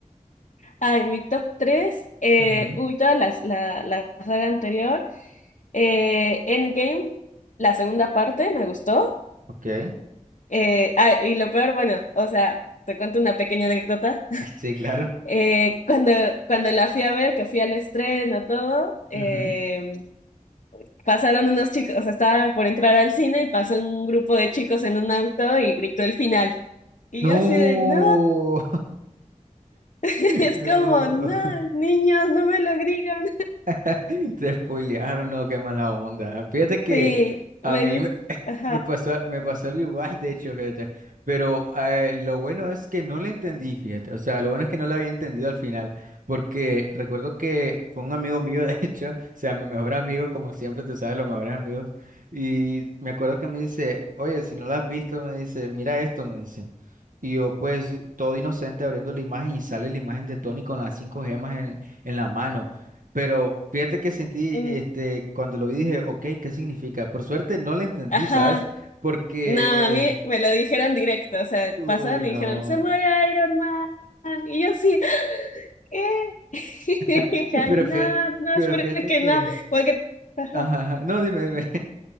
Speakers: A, on the left; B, on the right.
A: Ay, mi top 3 eh,
B: Ujú,
A: uy, toda las- la, la saga anterior, eh, Endgame, la segunda parte, me gustó.
B: Ok,
A: Eh, ah, y lo peor, bueno, o sea, te cuento una pequeña anécdota.
B: <laughs> sí, claro.
A: Eh, cuando, cuando la fui a ver, que fui al estreno, todo, eh,
B: ujú.
A: pasaron unos chicos, o sea, estaba por entrar al cine y pasó un grupo de chicos en un auto y gritó el final. Y
B: No,
A: yo así de, no, <laughs>
B: <laughs>
A: es
B: no.
A: como, no,
B: <laughs>
A: niños, no me lo gritan.
B: <laughs> Te spoilearon, no, qué mala onda. Fíjate que
A: Sí,
B: a
A: me
B: mí
A: gusta,
B: me, <laughs>
A: ajá,
B: me pasó, me pasó algo igual, de hecho, fíjate. Pero eh, lo bueno es que no le entendí, fíjate. O sea, lo bueno es que no lo había entendido al final. Porque recuerdo que fue un amigo mío, <laughs> de hecho, o sea, mi mejor amigo, como siempre, tú sabes, los mejores amigos. Y me acuerdo que me dice, oye, si no lo has visto, me dice, mira esto, me dice. Y yo, pues, todo inocente abriendo la imagen y sale la imagen de Tony con las cinco gemas en, en la mano. Pero fíjate que sentí,
A: mm,
B: este, cuando lo vi dije, ok, ¿qué significa? Por suerte no lo entendí,
A: ajá.
B: ¿sabes? Porque,
A: No, a mí me lo dijeron directo, o sea,
B: eh, uy,
A: pasaron
B: no.
A: y dijeron, se muere Iron Man. Y yo así, ¿qué? <laughs>
B: <laughs>
A: dije, Ay,
B: Pero
A: no,
B: fíjate,
A: no,
B: pero
A: espero
B: fíjate
A: que
B: que,
A: no, porque... Ajá.
B: ajá, ajá, no, dime, dime.